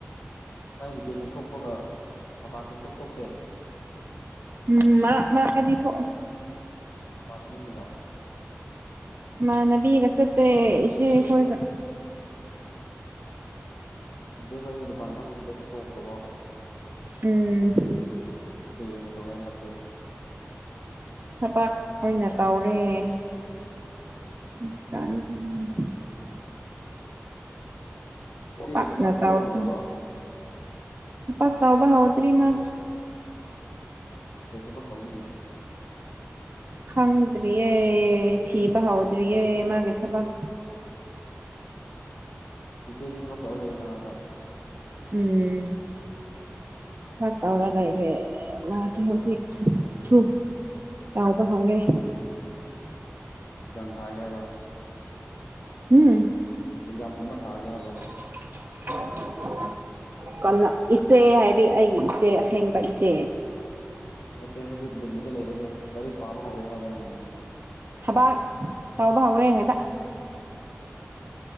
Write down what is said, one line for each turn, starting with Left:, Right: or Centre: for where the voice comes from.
Left: ꯅꯪ ꯚꯦꯀꯦꯁꯟ ꯊꯣꯛꯄꯒ ꯃꯄꯥꯟ ꯁꯨꯛꯊꯣꯛ ꯊꯣꯛꯇꯦ
Right: ꯎꯝ ꯃꯔꯛ ꯃꯔꯛꯀꯗꯤ ꯊꯣꯛꯑꯦ
Left: ꯅꯃꯟꯅꯕꯤꯁꯤꯡꯒ
Right: ꯏꯃꯟꯅꯕꯤꯒ ꯆꯠꯇꯦ ꯏꯆꯦ ꯈꯣꯏꯒ
Left: ꯖꯦ ꯍꯈꯣꯏ ꯗꯨꯀꯥꯟ ꯐꯝꯃꯤꯗꯣ ꯇꯣꯛꯈ꯭ꯔꯕꯣ
Right: ꯎꯝ
Left: ꯀꯩ ꯑꯣꯏꯅ ꯇꯧꯔꯦ ꯍꯟꯗꯛꯇꯤ
Right: ꯊꯕꯛ ꯑꯣꯏꯅ ꯇꯧꯔꯤ <unintelligible> <inaudible>
Left: ꯅꯆꯦꯒꯤ
Right: ꯄꯛꯅ
Left: ꯅꯨꯄꯥ ꯊꯕꯛ
Right: ꯇꯧꯗ꯭ꯔꯤ
Left: ꯐꯪꯈ꯭ꯔꯕꯣ
Right: ꯊꯕꯛ ꯇꯧꯕ ꯍꯥꯎꯗꯔꯤ ꯃꯥ
Left: ꯀꯩ ꯊꯕꯛ ꯇꯧꯅꯤ
Right: ꯈꯪꯗ꯭ꯔꯤꯌꯦ ꯊꯤꯕ ꯍꯥꯎꯗ꯭ꯔꯤꯌꯦ ꯃꯥꯒꯤ ꯊꯕꯛ
Left: ꯅꯆꯦꯗꯤ ꯊꯕꯛ ꯇꯧꯔ ꯂꯩꯌꯦꯅ ꯑꯗꯥ
Right: ꯎꯝ ꯥꯊꯕꯛ ꯇꯧꯔ ꯂꯩꯔꯦ ꯃꯥꯗꯤ ꯍꯧꯖꯤꯛ ꯁꯨ ꯇꯥꯎꯕ ꯍꯥꯎꯅꯦ
Left: ꯖꯥꯝ ꯄꯥꯏ ꯍꯥꯏꯕ
Right: ꯍꯝ
Left: ꯑꯦꯛꯖꯥꯝꯒꯨꯝꯕ ꯊꯥꯒꯦ ꯍꯥꯏꯕꯕꯥ
Right: <unintelligible> ꯀꯩꯅꯣ ꯏꯆꯦ ꯍꯥꯏꯗꯤ ꯑꯩꯒꯤ ꯏꯆꯦ ꯑꯁꯦꯡꯕ ꯏꯆꯦ
Left: ꯅꯠꯇꯦ ꯍꯧꯖꯤꯛ ꯗꯤꯜꯂꯤꯗ ꯂꯩꯕꯗꯣ ꯂꯥꯏꯔꯤꯛ ꯄꯥꯕ ꯍꯧꯔꯦ ꯍꯥꯏꯗꯥꯏꯅꯦ ꯅꯉꯣꯟꯗ
Right: ꯊꯕꯥꯛ ꯇꯧꯕ ꯍꯧꯔꯦ
Left: ꯑꯣ
Right: ꯍꯥꯏꯕ